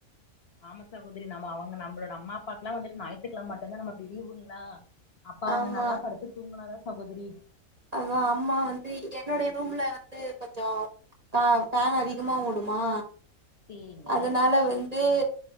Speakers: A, on the left; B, on the right.
A: ஆமா சகோதரி, நம்ம அவங்க நம்மளோட அம்மா அப்பாக்லா வந்துட்டு ஞாயித்துகெழம மட்டுந்தா நமக்கு லீவுங்ளா அப்ப அவங்க
B: ஆமா
A: நல்லா படுத்து தூங்குனாதா சகோதரி
B: அதா அம்மா வந்து என்னுடைய ரூம்ல வந்து கொஞ்சோ கா ஃபேன் அதிகமா ஓடுமா
A: சேரிங்க
B: அதனால வந் து